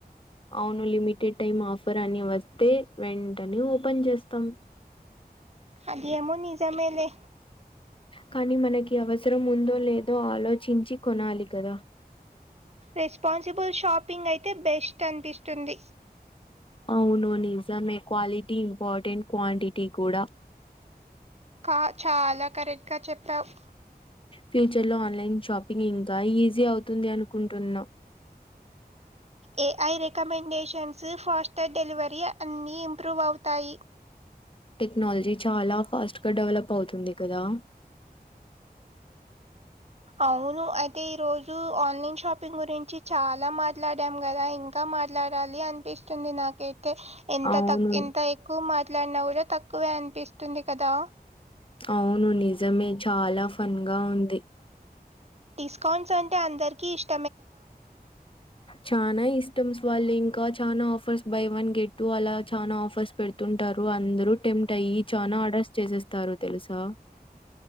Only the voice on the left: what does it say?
అవును లిమిటెడ్ టైం ఆఫర్ అని వస్తే వెంటనే ఓపెన్ చేస్తాం
కానీ మనకి అవసరం ఉందో లేదో ఆలోచించి కొనాలి కదా
అవును నిజంమే క్వాలిటీ ఇంపార్టెంట్ క్వాంటిటీ కూడా
ఫ్యూచర్ లో ఆన్లైన్ షాపింగ్ ఇంకా ఈజీ అవుతుంది అనుకుంటున్నాం
టెక్నాలజీ చాలా ఫాస్ట్గా డెవలప్ అవుతుంది కదా
అవును
అవును నిజమే చాలా ఫన్ గా ఉంది
చనాా ఇష్టం స్వాల్ంగ్ ఇంకా చాలనా offers buy one get two అలా చానా ఆఫర్స్ పెడుతుంటారు అందరు ఎంప్టీ అయి చాలా ఆర్డర్స్ చేసేస్తారు తెలుసా